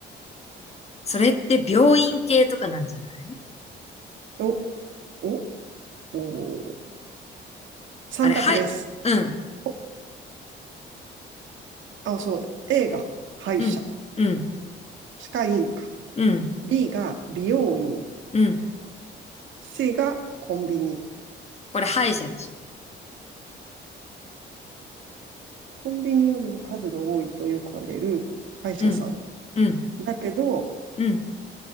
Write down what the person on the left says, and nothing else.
それって病院系とかなんじゃない
あれ、はい、うん、
うん、うん、
うん、
うん。
これ歯医者でしょ。
うん、うん、
うん。